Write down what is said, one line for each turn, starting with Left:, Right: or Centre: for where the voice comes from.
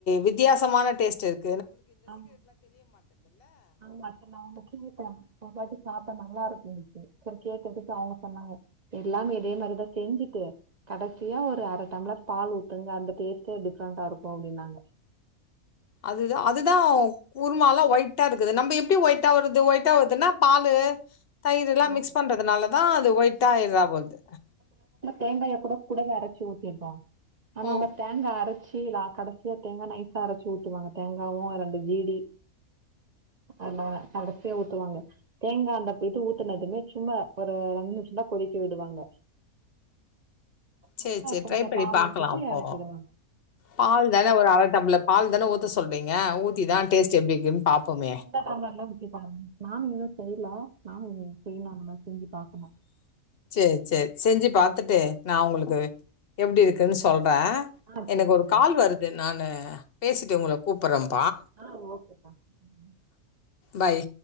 Left: வித்தியாசமான டேஸ்ட் இருக்
Right: ஆமா ஆமா ஆக்ச்சுலா நா கேட்டே அதாவது சாப்டா நல்லாருக் செரி செரி செர் கேட்டுட்டு ஃபாலோப் பண்ணாங்க எல்லாமே இதே மாரிதா செஞ்சிட்டு கடசியா ஒரு அர டம்ளர் பால் ஊத்துங்க அந்த டேஸ்ட்டே டிப்ரெண்டா இருக்கு அப்டின்னாங்க
Left: அதுதா அதுதா குருமாலா ஒயிட்டா இருக்குது நம்ப எப்டி ஒயிட்டா வருது ஒயிட்டா வருதுன்னா பாலு தயிருல்லா
Right: ஆ,
Left: மிக்ஸ் பண்றதுனாலதா அது ஒயிட்டா ஆயிறாபோது
Right: தேங்காய கூட கூடவே அரச்சி ஊத்திர்பா ஆனா
Left: ஓ!
Right: அவங்க தேங்கா அரச்சி சிலா கடசியா தேங்கா நைசா அரைச்சு ஊட்டுவாங்க தேங்காவு ரெண்டு ஜீடி அதனால கடைசியா ஊத்துவாங்க தேங்கா அந்தப்ப இது ஊ எனதுமே சும்மா ஒரு ரெண்டு நிமிஷந்தா கொதிக்க விடுவாங்க
Left: சரி,
Right: அதா
Left: சரி.
Right: கொஞ்ச
Left: ட்ரை பண்ணி
Right: பால்
Left: பாக்கலாம்
Right: ஊத்திட்டு
Left: அப்போ.
Right: எறக்கிடுவாங்க
Left: பால் தானே ஒரு அர டம்ள பால் தானே ஊத்த சொல்றீங்க ஊத்திதா டேஸ்ட்டு எப்டி இருக்குன்னு பாப்போமே
Right: முக்கா டம்ளர்லா ஊத்தி பாருங்க நானு இன்னு செய்யல நானு இன்னு செய்னு அந்த மாரி செஞ்சு பாக்கனு
Left: செரி செரி செஞ்சு பாத்துட்டு நா உங்களுக்கு எப்டி இருக்குன்னு சொல் றே
Right: ஆ சரிங்கக்கா
Left: எனக்கு ஒரு கால் வருது நா பேசிட்டு உங்களுக்கு கூப்புறே
Right: ஆ ஓகேப்பா ம்
Left: பாய்